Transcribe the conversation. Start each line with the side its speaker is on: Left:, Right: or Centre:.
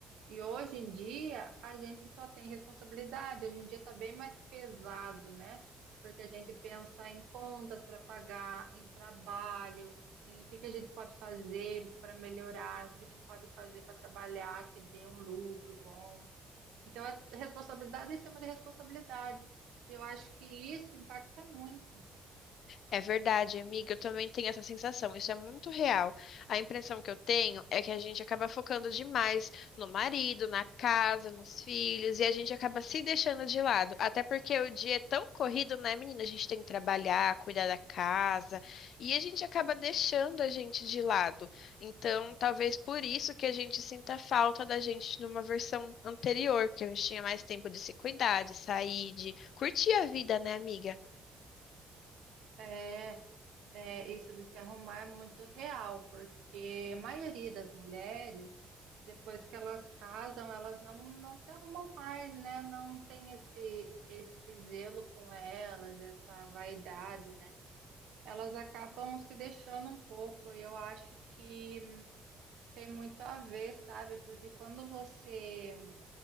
Right: E hoje em dia a gente só tem responsabilidade, hoje em dia está bem mais pesado, né? Porque a gente pensa em contas para pagar, em trabalho, em o que que a gente pode fazer para melhorar, o que que a gente pode fazer para trabalhar que dê um lucro bom. Então é responsabilidade em cima de responsabilidade. Eu acho que isso impacta muito.
Left: É verdade, amiga. Eu também tenho essa sensação. Isso é muito real. A impressão que eu tenho é que a gente acaba focando demais no marido, na casa, nos filhos, e a gente acaba se deixando de lado. Até porque o dia é tão corrido, né, menina? A gente tem que trabalhar, cuidar da casa, e a gente acaba deixando a gente de lado. Então, talvez por isso que a gente sinta falta da gente numa versão anterior, que a gente tinha mais tempo de se cuidar, de sair, de curtir a vida, né, amiga?
Right: É, é, isso de se arrumar é muito real, porque a maioria das mulheres, depois que elas casam, elas não, não se arrumam mais, né? Não tem esse, esse zelo com elas, essa vaidade, né? Elas acabam se deixando um pouco, e eu acho que tem muito a ver, sabe? Porque quando você